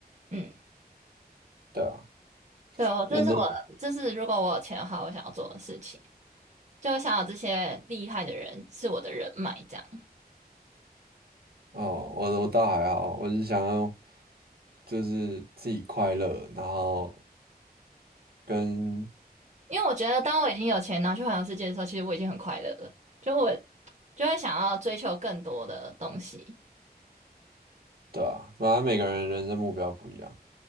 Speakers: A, on the right; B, on the right.
A: 嗯。
B: 对啊，
A: 对，我这是我，
B: 因为都
A: 这是如果我有钱的话，我想要做的事情。就我想要这些厉害的人是我的人脉，这样。
B: 哦，我我倒还好，我是想要就是自己快乐，然后跟
A: 因为我觉得，当我已经有钱然后去环游世界的时候，其实我已经很快乐了。就我就会想要追求更多的东西。
B: 对啊，反正每个人人生目标不一样，